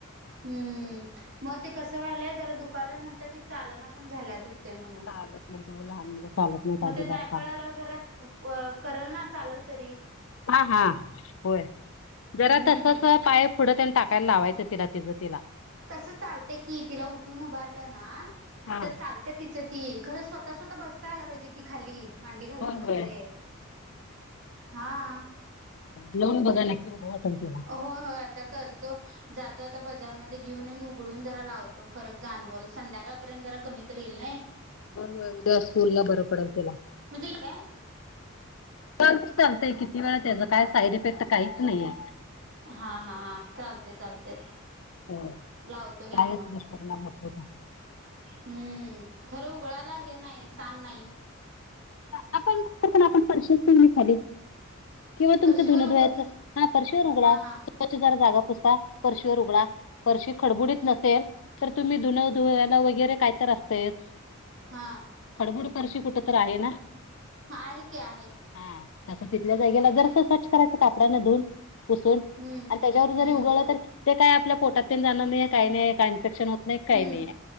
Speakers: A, on the right; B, on the left.
A: हम्म मग ते कसं व्हायलय जरा दुखालय म्हणत्या ती चालना पण झाल्या दुखतेय म्हणू.
B: चालत नाहित ओ लहान मुलं चालत नाहीत
A: मग
B: अजिबात
A: ते जायफळाला
B: पाप.
A: जराच प करल ना चाललं तरी
B: हा हा होय जरा
A: हम्म
B: तसच अ पाय पुढं त्यानं टाकाय लावायचं. त तिला तिज तिला
A: तसं चालतंय की तिला उठून उभारलं ना
B: हा
A: तर चाल. तिचं ती खरं स्वतः स्वतः बसता यायला पाहिजे. कि खाली मांडी घालून
B: होय होय.
A: वगैरे हां.
B: लऊन बघाना <unintelligible> तिला
A: होय होय आता करतो. जातो आता बजार मध्ये घेऊन येऊन उगळून जरा लावतो फरक जाणवल संध्याकाळपर्यंत जरा कमी तर येईल नाही.
B: पण व उद्या स्कूलला बरं पडल तिला
A: म्हजेल काय?
B: चालतंय चालतंय किती वेळा त्याच काय साईड इफेक्ट काहीच नाहीये.
A: हा हा हा चालतंय चालतंय
B: हो
A: लावतो घ्या
B: कायच
A: मग
B: दुष्परिणाम होत नाही त्याचा.
A: हम्म खरं उगळायला हे नाही सान नाही.
B: आपण आपण आपण फरशात टीव्ही खाली केव्हा तुमचं
A: फरशीवर
B: धुन
A: उघ
B: धुवायच हा फरशीवर उगळा
A: हा हा
B: त्व्ितार जागा पुसता परर्शवर उघडा. वर्षी खडबडीत नसेल तर तुम्ही धुन धुला वगैरे काय तर असतायस.
A: हा.
B: फडबड पर्शी कुठ तर आहे ना.
A: आहे की आहे.
B: हा तसं तिथल्या जागेला जरसं स्वच्छ करायचं कापडा न धुन पुसून.
A: हम्म
B: आणि त्याच्यावर जरी
A: हम्म
B: उगळ तर. ते काय आपल्या पोटात तेन जाणार नाहीे काही नाही का इन्फेक्शन होत नाही काही
A: हम्म
B: नाहीे.